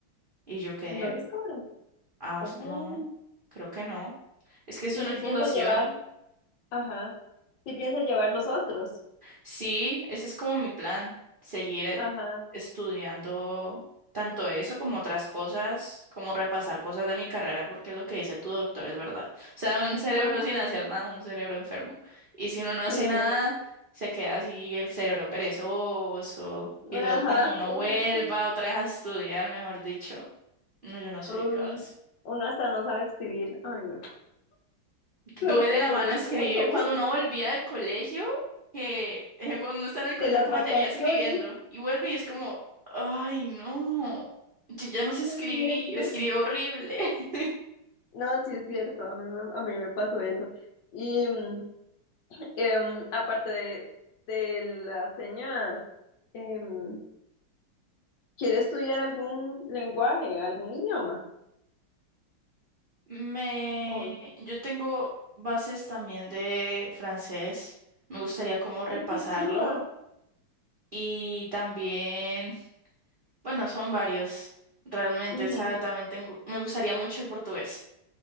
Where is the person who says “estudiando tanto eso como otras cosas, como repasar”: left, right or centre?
Right